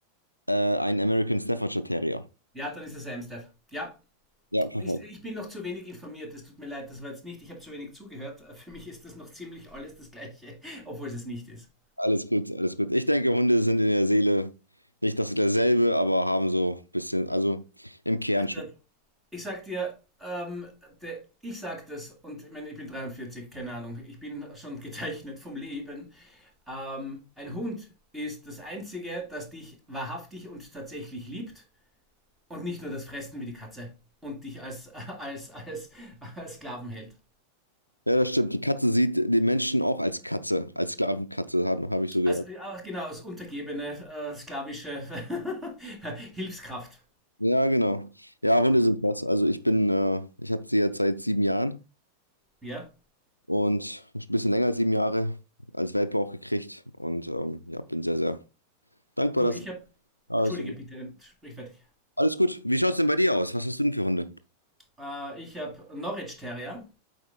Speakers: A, on the left; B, in the centre.
A: Äh, ein American Staffordshire Terrier.
B: Ja, dann ist es Amstaff. Ja,
A: Ja, perfekt.
B: ich, ich bin noch zu wenig informiert. Es tut mir leid, das war jetzt nicht. Ich habe zu wenig zugehört. Für mich ist das noch ziemlich alles das Gleiche, <laughs> obwohl es es nicht ist.
A: Alles gut, alles gut. Ich denke, Hunde sind in der Seele nicht das derselbe, aber haben so ein bisschen, also im Kern schon.
B: da- ich sag dir, ähm, der, ich sag das und ich, mein, ich bin 43, keine Ahnung, ich bin schon <laughs> gezeichnet vom Leben. Ähm, ein Hund ist das Einzige, das dich wahrhaftig und tatsächlich liebt und nicht nur das Fressen wie die Katze und dich als, <laughs> als, als, als Sklaven hält.
A: Ja, das stimmt. Die Katze sieht den Menschen auch als Katze, als Sklavenkatze, habe hab ich so gehört.
B: Als, genau, als untergebene, äh, sklavische <laughs> Hilfskraft.
A: Ja, genau. Ja, Hunde sind was. Also ich bin, äh, ich habe sie jetzt seit sieben Jahren
B: Ja?
A: und ein bisschen länger als sieben Jahre als Welpe auch gekriegt und ähm, ja, bin sehr, sehr dankbar,
B: Du,
A: dass
B: ich habe.
A: alles
B: Entschuldige
A: so gut.
B: bitte, sprich fertig.
A: Alles gut. Wie schaut's denn bei dir aus? Was hast du denn für Hunde?
B: Äh, ich habe Norwich Terrier